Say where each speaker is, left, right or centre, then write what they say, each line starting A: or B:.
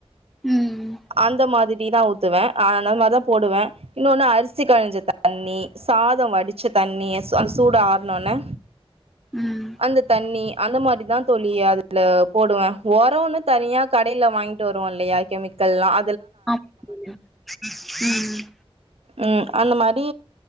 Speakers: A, in the centre; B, on the right.
A: ம்
B: அந்த மாதி ரி தான் ஊத்துவேன் அன மாதிரிதான் போடுவேன் இன்னொன்னு அரிசி கழிஞ்ச தண்ணி சாதம் வடிச்ச தண்ணி அந்த சூடு ஆறனொனே
A: ம்
B: அந்த தண்ணி அந்த மாதிரி தான் தோழி அதுல போடுவேன் ஒரம்ன்னு தனியா கடையில வாங்கிட்டு வருவோம் இல்லையா கெமி கல்லாம்
A: ஆம் உம்
B: ம் அந்த மாரி